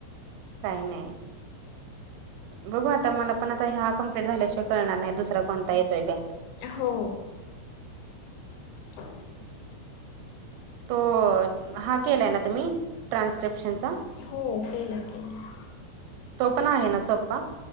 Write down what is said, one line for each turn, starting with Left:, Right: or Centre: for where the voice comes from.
Right: काही नाही. बघू आता मला पण आता ह्या कंप्लीट झाल्याशिवाय कळणार नाही दुसरा कोणता येतोय त.
Left: हो. <inaudible>
Right: तो हा केलाय ना तुम्ही ट्रान्स्क्रिप्शनचा.
Left: हो केलाय केलाय.
Right: तो पण आहे ना सोप्पा.